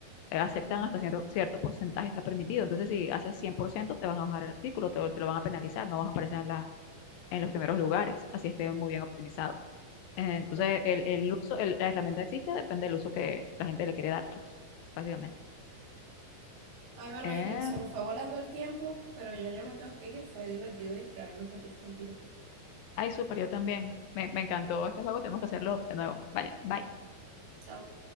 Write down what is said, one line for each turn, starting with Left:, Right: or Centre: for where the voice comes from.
Left: Eh, Aceptan
Right: claro,
Left: hasta cierto, cierto porcentaje, está permitido. Entonces, si haces 100% te van a bajar el artículo, te, lo te lo van a penalizar, no vas a aparecer en, la, en los primeros lugares, así esté muy bien optimizado. Eh, Entonces,
Right: claro.
Left: el, el uso, el- la herramienta existe, depende del uso que la gente le quiere dar, pues, básicamente.
Right: Ay, bueno,
Left: Eh,
Right: Irene, se nos fue volando el tiempo, pero yo ya me tengo que ir. Fue divertido distraerme un ratito contigo.
Left: Ay, súper, yo también. Me, me encantó este juego, tenemos que hacerlo de nuevo. Vale, bye.
Right: Chao.